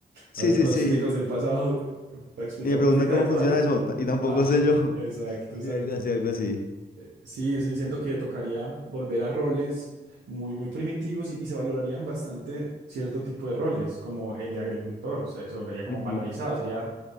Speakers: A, on the left; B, on the right.
A: Sí,
B: a hablar
A: sí,
B: con
A: sí.
B: los físicos del pasado eh, para explicar
A: Y me preguntan
B: la física
A: cómo
B: actual.
A: funciona eso,
B: Ah,
A: ta- y tampoco
B: ah,
A: sé yo.
B: exacto,
A: <laughs>
B: exacto.
A: Sí, algo así, algo así.
B: Eh, Sí, sí, siento que tocaría volver a roles muy, muy primitivos y, y se valorarían bastante cierto tipo de roles, como el de agricultor, o sea, se volvería como
A: Ujú,
B: valorizado, sería